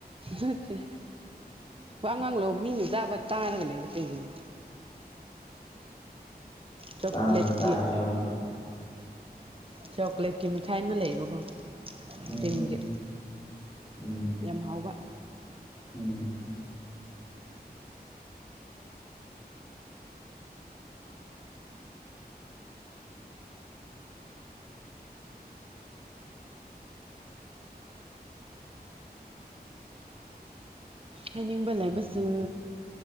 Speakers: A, on the right (about 35°); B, on the left (about 35°).
A: ꯅꯠꯇꯦ ꯋꯥꯉꯥꯡ ꯂꯧ ꯃꯤꯅ ꯆꯥꯕ ꯇꯥꯔꯒ ꯂꯩꯕ ꯀꯩꯒꯤꯅꯣ꯫ ꯆꯣꯀ꯭ꯂꯦꯠꯀꯤ
B: ꯆꯥꯕꯨ ꯆꯥꯏ ꯍꯥꯏꯕꯅꯤ
A: ꯆꯣꯀ꯭ꯂꯦꯠꯀꯤ ꯃꯤꯊꯥꯏ ꯑꯃ ꯂꯩꯌꯦꯕꯀꯣ
B: ꯎꯝ
A: ꯀ꯭ꯔꯤꯝꯒꯤ
B: ꯎꯝ
A: ꯌꯥꯝ ꯍꯥꯎꯕ
B: ꯎꯝ
A: ꯍꯥꯏꯅꯤꯡꯕ ꯂꯥꯏꯕꯁꯤꯡ